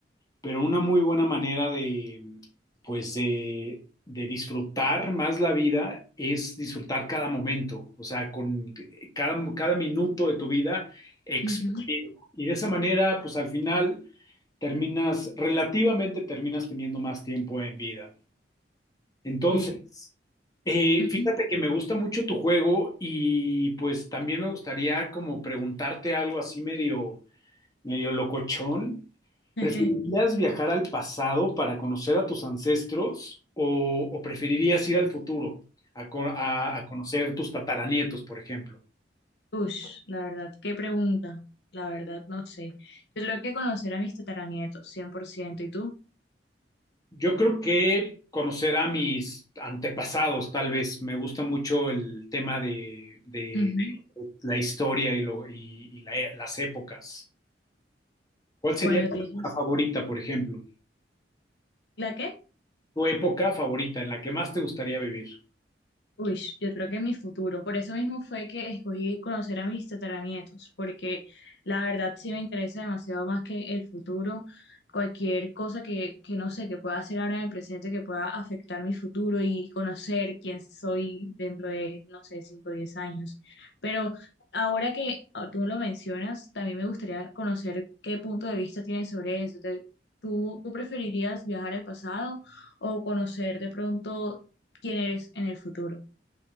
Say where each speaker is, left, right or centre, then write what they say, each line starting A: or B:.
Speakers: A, on the left; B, on the left.
A: pero una muy buena manera de, pues de, de disfrutar más la vida es disfrutar cada momento, o sea, con cada, cada minuto de tu vida exprimido.
B: ujú,
A: Y de esa manera, pues al final terminas, relativamente terminas teniendo más tiempo en vida. Entonces,
B: sí.
A: eh,
B: ujú.
A: fíjate que me gusta mucho tu juego y pues también me gustaría como preguntarte algo así medio medio locochón.
B: <laughs>
A: ¿Preferirías viajar al pasado para conocer a tus ancestros o, o preferirías ir al futuro a, co- a- a conocer tus tataranietos, por ejemplo?
B: Ush, la verdad, qué pregunta. La verdad, no sé. Yo creo que conocer a mis tataranietos, 100%. ¿Y tú?
A: Yo creo que conocer a mis antepasados, tal vez. Me gusta mucho el tema de, de
B: Ujú.
A: la historia y, lo- y- y la- las épocas. ¿Cuál sería
B: Bueno,
A: tu
B: tienes.
A: época favorita, por ejemplo?
B: ¿La qué?
A: Tu época favorita en la que más te gustaría vivir.
B: Uy, yo creo que mi futuro. Por eso mismo fue que escogí conocer a mis tataranietos, porque la verdad sí me interesa demasiado más que el futuro. Cualquier cosa que, que no sé, que pueda hacer ahora en el presente, que pueda afectar mi futuro y conocer quién soy dentro de, no sé, 5 o 10 años. Pero ahora que ah, tú lo mencionas, también me gustaría conocer qué punto de vista tienes sobre eso. Te- ¿Tú, tú preferirías viajar al pasado o conocer de pronto quién eres en el futuro?